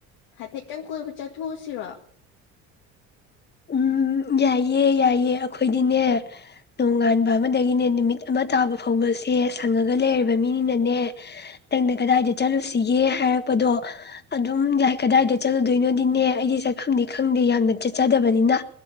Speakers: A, on the left; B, on the left.
A: ꯍꯥꯏꯐꯦꯠꯇꯪ ꯀꯣꯏꯕ ꯆꯠꯊꯣꯛꯎꯁꯤꯔꯣ
B: ꯎꯝ ꯌꯥꯏꯌꯦ ꯌꯥꯏꯌꯦ ꯑꯈꯣꯏꯗꯤꯅꯦ ꯅꯣꯡꯉꯥꯟꯕ ꯑꯃꯗꯒꯤꯅꯦ ꯅꯨꯃꯤꯠ ꯑꯃ ꯇꯥꯕ ꯐꯥꯎꯕꯁꯦ ꯁꯪꯉꯒ ꯂꯩꯔꯕ ꯃꯤꯅꯤꯅꯅꯦ ꯅꯪꯅ ꯀꯗꯥꯏꯗ ꯆꯠꯂꯨꯁꯤꯒꯦ ꯍꯥꯏꯔꯛꯄꯗꯣ ꯑꯗꯨꯝ ꯌꯥꯏ ꯀꯗꯥꯏꯗ ꯆꯠꯂꯨꯗꯣꯏꯅꯣꯗꯤꯅꯦ ꯑꯩꯗꯤ ꯆꯠꯐꯝꯗꯤ ꯈꯪꯗꯦ ꯌꯥꯝꯅ ꯆꯠꯆꯅꯤ ꯆꯠꯗꯕꯅꯤꯅ